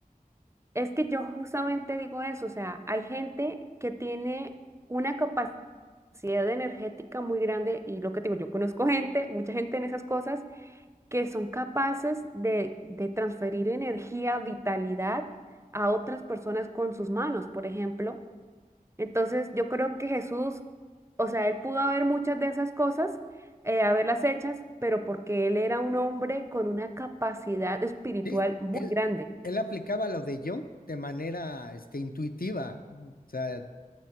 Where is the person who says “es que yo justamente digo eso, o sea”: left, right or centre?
Right